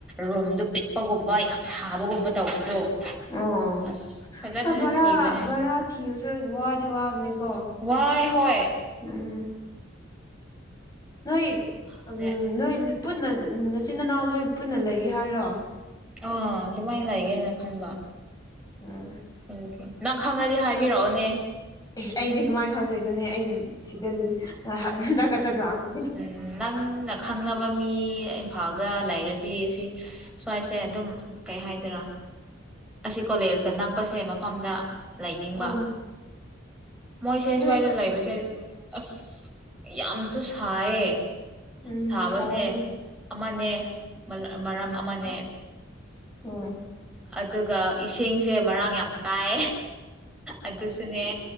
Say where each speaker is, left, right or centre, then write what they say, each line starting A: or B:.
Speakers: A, in the centre; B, on the left (about 20°).
A: ꯔꯨꯝꯗꯨ ꯄꯤꯛꯄꯒꯨꯝꯕ ꯌꯥꯝꯅ ꯁꯥꯕꯒꯨꯝꯕ ꯇꯧꯕꯗꯣ
B: <unintelligible> ꯑꯣ
A: ꯑꯁ ꯐꯖꯅꯁꯨ
B: ꯍ‌ꯣ ꯕꯔꯥ
A: ꯊꯤꯕꯅꯦ
B: ꯚꯔꯥ ꯊꯤꯕꯁꯨ ꯋꯥꯗꯤ ꯋꯥꯕꯅꯤꯀꯣ
A: ꯋꯥꯥꯏ ꯍꯣꯏ
B: ꯎꯝ ꯅꯣꯏ
A: ꯊꯤꯕꯁꯨ ꯐꯪꯗꯦ
B: ꯑꯝ ꯅꯣꯏ ꯄꯨꯟꯅ ꯅꯆꯤꯟ ꯅꯅꯥꯎ ꯂꯣꯏ ꯄꯨꯟꯅ ꯂꯩꯒꯦ ꯍꯥꯏꯔꯣ
A: ꯑꯥ ꯑꯗꯨꯃꯥꯏ ꯂꯩꯒꯦꯅꯥ ꯈꯟꯕ
B: ꯎꯝ
A: ꯎꯝ ꯅꯪ ꯈꯪꯉꯗꯤ ꯍꯥꯏꯕꯤꯔꯑꯣꯅꯦ
B: ꯏꯁ ꯑꯩꯗꯤ ꯀꯃꯥꯏ ꯈꯪꯗꯣꯏꯅꯣꯅꯦ ꯑꯩ ꯁꯤꯗ ꯑ ꯍꯟꯇꯛ ꯈꯛꯇ ꯂꯥꯛꯄꯒꯤ
A: ꯎꯝ ꯅꯪꯅ ꯈꯪꯅꯕ ꯃꯤ ꯏꯝꯐꯥꯜꯗ ꯂꯩꯔꯗꯤ ꯁꯤ ꯁ꯭ꯋꯥꯏꯁꯦ ꯑꯗꯨꯝ ꯀꯩ ꯍꯥꯏꯗꯔꯥ ꯑꯁꯤ ꯀꯣꯂꯦꯖꯀ ꯅꯛꯄꯁꯦ ꯃꯐꯝꯗ ꯂꯩꯅꯤꯡꯕ
B: ꯎꯝ
A: ꯃꯣꯏꯁꯦ
B: ꯅꯣꯏ
A: ꯁ꯭ꯋꯥꯏꯗ ꯂꯩꯕꯁꯦ ꯑꯁ ꯌꯥꯝꯁꯨ ꯁꯥꯏꯌꯦ
B: ꯎꯝ
A: ꯁꯥꯕꯁꯦ
B: ꯁꯥꯕꯅꯦ
A: ꯑꯃꯅꯦ ꯃꯂ ꯃꯔꯝ ꯑꯃꯅꯦ
B: ꯑꯣ
A: ꯑꯗꯨꯒ ꯏꯁꯤꯡꯁꯦ ꯃꯔꯥꯡ ꯌꯥꯝ ꯀꯥꯏ ꯑꯗꯨꯁꯨꯅꯦ